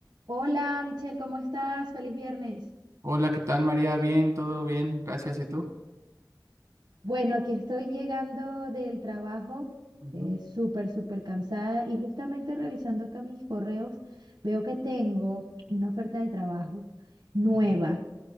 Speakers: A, on the right (about 75°); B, on the right (about 45°).
A: Hola Michelle, ¿cómo estás? Feliz viernes.
B: Hola, ¿qué tal, María? Bien, todo bien, gracias. ¿Y tú?
A: Bueno, aquí estoy llegando del trabajo,
B: Ujú,
A: eh, súper, súper cansada y justamente revisando acá mis correos, veo que tengo una oferta de trabajo nueva.
B: ujú,